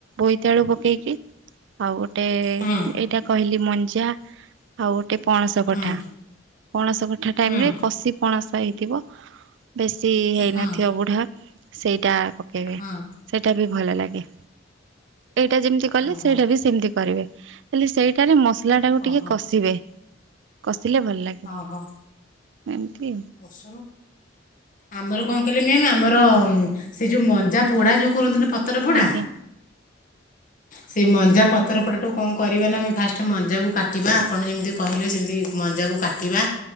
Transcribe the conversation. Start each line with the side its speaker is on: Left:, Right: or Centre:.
Right: ବୋଇତାଳୁ ପକେଇକି ଆଉ ଗୋଟେ
Left: ହୁଁ
Right: ଟେ କହିଲି ମଞ୍ଜା ଆଉ ଗୋଟେ ପଣସ
Left: ହୁଁ
Right: କଠା। ପଣସ କଠା ଟାଇମରେ
Left: ହୁଁ।
Right: କଷି ପଣସ ହେଇଥିବ ବେଶୀ ହେଇନଥିବ
Left: ହଁ
Right: ବୁଢା ସେଇଟା ପକେଇବେ
Left: ହଁ
Right: ସେଇଟା ବି ଭଲ ଲାଗେ। ଏଇଟା ଯେମିତି କଲେ
Left: ଓହୋ
Right: ସେଇଟା ବି ସେମିତି କରିବେ। ହେଲେ ସେଇଟାରେ ମସଲା ଟାକୁ ଟିକେ
Left: ଓହୋ
Right: କଷିବେ କଷିଲେ ଭଲ ଲାଗେ।
Left: ଓହୋ।
Right: ଏମିତି।
Left: ବସୁନ। ଆମର କଣ କହିଲେ ମ୍ୟାମ୍ ଆମର ସେଇ ଯୋଉ ମଞ୍ଜା ପୋଡା ଯୋଉ କହୁନଥିଲେ ପ ପତର ପୋଡ଼ା।
Right: ଆଜ୍ଞା
Left: ସେଇ ମଞ୍ଜା ପତରପୋଡା଼ ଟାକୁ କଣ କରିବେ ନା ଆମେ ଫାଷ୍ଟ ମଞ୍ଜାକୁ କାଟିବା ଆପଣ ଯେମିତି କହିଲେ ସେମିତି ମଞ୍ଜାକୁ କା କାଟିବା